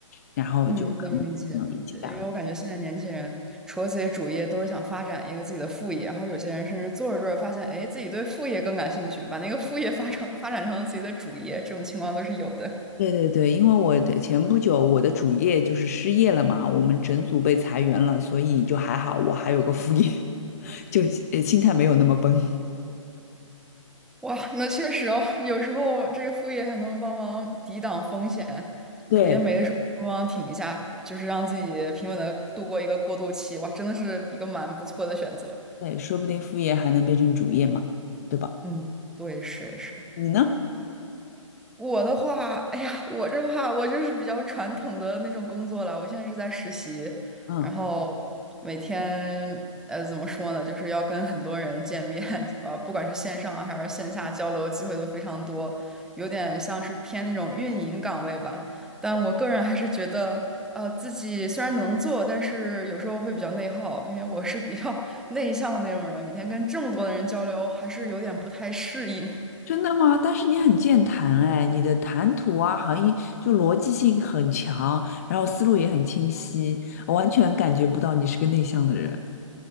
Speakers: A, on the left; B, in the centre.
A: 然后就跟朋友一起干了。
B: 嗯，能理解，能理解，因为我感觉现在年轻人除了自己主业，都是想发展一个自己的副业，然后有些人甚至做着做着发现，哎，自己对副业更感兴趣，把那个副业发成发展成自己的主业，这种情况都是有的。
A: 对对对，因为我的前不久我的主业就是失业了嘛，我们整组被裁员了，所以就还好，我还有个副业，<laughs> 就呃心态没有那么崩。
B: 哇，那确实哦，有时候这个副业还能帮忙抵挡风险，
A: 对
B: 主业没的时候还能帮忙挺一下，就是让自己平稳的度过一个过渡期。哇，真的是一个蛮不错的选择。
A: 对，说不定副业还能变成主业嘛，对吧？
B: 嗯，对，是是。
A: 你呢？
B: 我的话，哎呀，我这话我就是比较传统的那种工作了。我现在是在实习，
A: 嗯。
B: 然后每天呃怎么说呢，就是要跟很多人见面，呃，不管是线上啊还是线下交流，机会都非常多，有点像是偏那种运营岗位吧。但我个人还是觉得，呃，自己虽然能做，但是有时候会比较内耗，因为我是比较 <laughs> 内向的那种人，每天跟这么多的人交流，还是有点不太适应。
A: 真的吗？但是你很健谈哎，你的谈吐啊，好像一就逻辑性很强，然后思路也很清晰，我完全感觉不到你是个内向的人。